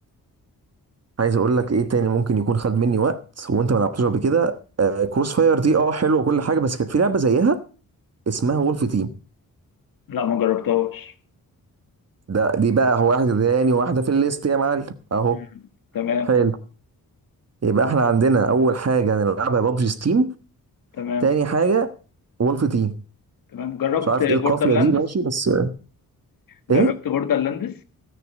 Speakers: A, on the right; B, on the left.
A: عايز اقول لك ايه تاني ممكن يكون خد مني وقت وانت ما لعبتوش قبل كده آه كروس فاير دي اه حلوه وكل حاجه بس كانت في لعبه زيها اسمها وولف تيم
B: لا ما جربتهاش
A: ده دي بقى هو واحده تاني واحده في الليست يا معلم اهو
B: مم. تمام
A: حلو يبقى احنا عندنا اول حاجه هنلعبها بابجي ستيم
B: تمام
A: تاني حاجه وولف تيم
B: تمام جربت
A: مش عارف ايه القافيه
B: بوردر لاندس
A: دي ماشي بس
B: جربت
A: ايه
B: بوردر لاندس